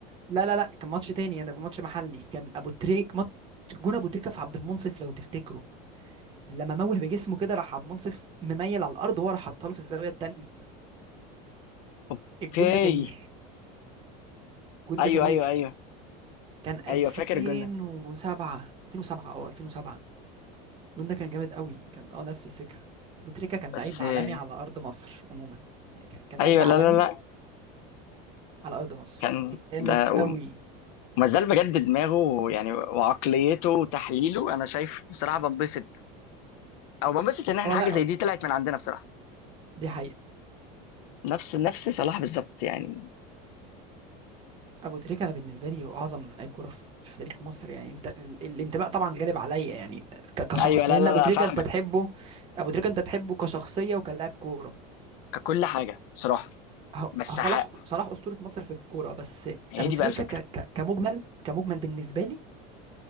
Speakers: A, on the right; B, on the left.
A: لا لا لا كان ماتش تاني يعني ماتش محلي كان ابو تريك ماتش جون ابو تريكه في عبد المنصف لو تفتكره لما موه بجسمه كده راح عبد المنصف مميل على الارض وهو راح حطها له في الزاويه التانيه
B: اوكي
A: الجون ده تاريخ الجون
B: ايوه
A: ده تاريخ
B: ايوه ايوه
A: كان 2007
B: ايوه فاكر الجون ده
A: 2007 اه 2007 الجون ده كان جامد قوي كان اه نفس الفكرة أبو تريكة كان
B: بس
A: لعيب
B: آه،
A: عالمي على أرض مصر عموما يعني كان كان
B: ايوه
A: لعيب
B: لا
A: عالمي
B: لا لا
A: ف- على أرض مصر
B: كان
A: جامد
B: ده وما
A: قوي
B: زال بجد دماغه يعني وعقليته وتحليله انا شايف بصراحه بنبسط او بنبسط ان احنا
A: اه
B: حاجه
A: لا
B: زي
A: أبو-
B: دي طلعت من عندنا بصراحه
A: دي حقيقة
B: نفس نفس صلاح بالظبط يعني
A: أبو تريكة أنا بالنسبة لي هو أعظم لعيب كورة في في تاريخ مصر يعني أنت ال- الانتماء طبعا غالب عليا يعني ك- كشخص
B: ايوه لا
A: لأن
B: لا
A: أبو
B: لا
A: تريكة
B: فاهمك
A: أنت تحبه أبو تريكة أنت تحبه كشخصية وكلاعب كورة
B: ككل حاجه بصراحه
A: هو-
B: بس
A: هو صلاح
B: ح-
A: صلاح أسطورة مصر في الكورة بس
B: هي
A: أبو
B: دي
A: تريكة
B: بقى الفكره
A: ك- ك- كمجمل كمجمل بالنسبة لي